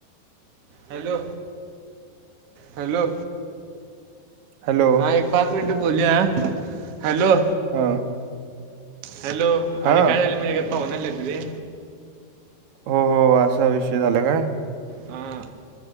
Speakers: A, on the right; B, on the right.
A: Hello, hello.
B: हॅलो
A: हा एक पाच मिनिटं बोलुया हॅलो.
B: हा.
A: हॅलो
B: हा
A: अरे काय झालंय माहित काय पाव्हणं आल्यात रे.
B: हो हो असा विषय झाला काय?
A: हां